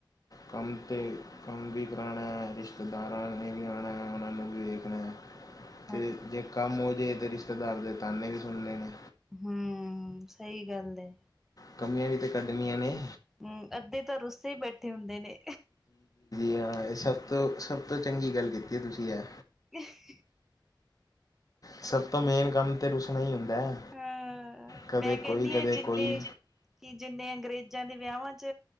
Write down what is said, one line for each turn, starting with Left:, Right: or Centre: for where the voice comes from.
Left: ਕੰਮ 'ਤੇ ਕੰਮ ਵੀ ਕਰਾਣਾ ਹੈ। ਰਿਸ਼ਤੇਦਾਰਾਂ ਨੇ ਵੀ ਆਣਾ ਹੈ। ਉਹਨਾਂ ਨੂੰ ਵੀ ਵੇਖਣਾ ਹੈ।
Centre: - <inaudible>
Left: ਅਤੇ ਜੇ ਕੰਮ ਹੋ ਜੇ ਤਾਂ ਰਿਸ਼ਤੇਦਾਰ ਦੇ ਤਾਹਨੇ ਵੀ ਸੁਣ ਲੈਣੇ।
Centre: ਹਮ ਸਹੀ ਗੱਲ ਹ।
Left: ਕਮੀਆਂ ਵੀ ਤੇ ਕੱਢਣੀਆਂ ਨੇ।
Centre: ਹਮ ਅੱਧੇ ਤਾਂ ਰੁੱਸੇ ਹੀ ਬੈਠੇ ਹੁੰਦੇ ਨੇ।
Left: ਜਾਂ ਇਹ ਸਭ। ਤ ਸਭ ਤੋਂ ਚੰਗੀ ਗੱਲ ਕੀਤੀ ਹੈ। ਤੁਸੀਂ ਐਹ।
Centre: ਹੇ।
Left: ਸਭ ਤੋਂ ਮੇਨ ਕੰਮ ਤੇ ਰੁਸਣਾ ਹੀ ਹੁੰਦਾ ਹੈ।
Centre: ਹਾ
Left: ਕਦੇ
Centre: ਮੈਂ ਕਹਿੰਦੀ
Left: ਕੋਈ ਕਦੇ
Centre: ਹਾਂ ਜਿੰਨੇ।
Left: ਕੋਈ
Centre: ਕਿ ਜਿੰਨੇ ਅੰਗਰੇਜ਼ਾਂ ਦੇ ਵਿਆਾਂਵਾ ਚ